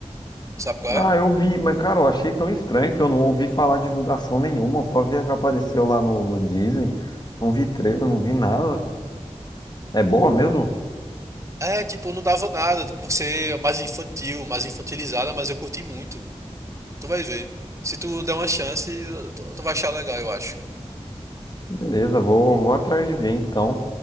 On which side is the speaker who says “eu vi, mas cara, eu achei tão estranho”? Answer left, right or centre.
Left